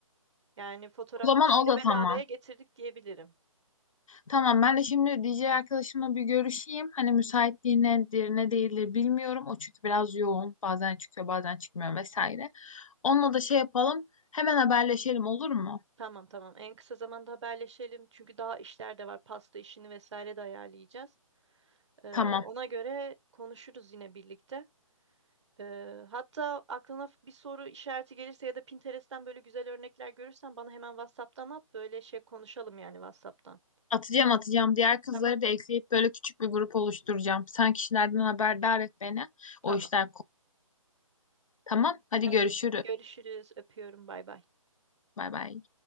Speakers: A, on the right; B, on the left.
A: Yani fotoğraf
B: O zaman
A: işini
B: o da
A: bedavaya
B: tamam.
A: getirdik diyebilirim.
B: Tamam ben de şimdi DJ arkadaşımla bir görüşeyim. Hani müsaitliği nedir ne değildir bilmiyorum. O çünkü biraz yoğun. Bazen çıkıyor bazen çıkmıyor vesaire. Onunla da şey yapalım. Hemen haberleşelim olur mu?
A: Tamam tamam. En kısa zamanda haberleşelim. Çünkü daha işler de var. Pasta işini vesaire de ayarlayacağız. E,
B: Tamam.
A: ona göre konuşuruz yine birlikte. Ee, hatta aklına bir soru işareti gelirse ya da Pinterest'ten böyle güzel örnekler görürsen bana hemen WhatsApp'tan at. Böyle şey konuşalım yani WhatsApp'tan.
B: Atacağım atacağım. Diğer kızları
A: Tamam,
B: da ekleyip böyle küçük bir grup oluşturacağım. Sen kişilerden haberdar et beni.
A: tamam.
B: O işler kolay. Tamam. Hadi
A: Hı hı.
B: görüşürüz.
A: Görüşürüz. Öpüyorum. Bay bay.
B: Bay bay.